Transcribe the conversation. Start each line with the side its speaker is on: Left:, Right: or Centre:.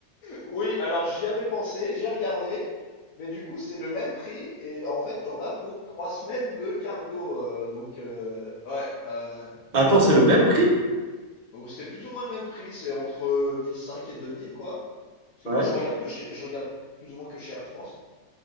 Left: Oui, alors j'y avais pensé, j'ai regardé, mais du coup, c'est le même prix et en fait, t'en as pour trois semaines de cargo. euh, donc, euh, ouais, euh,
Right: Attends, c'est le même prix?
Left: bon, c'est plus ou moins le même prix, c'est entre 1005 et 2000, quoi. Parce
Right: Ouais.
Left: que moi, je regarde que chez, je regarde plus ou moins que chez Air France.